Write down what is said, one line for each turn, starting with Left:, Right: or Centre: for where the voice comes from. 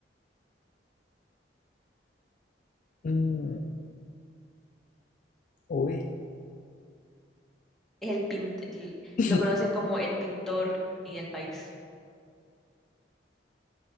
Left: Mm, Uy.
Centre: Es el pint, el-
Left: <laughs>
Centre: lo conocen como el pintor y el país.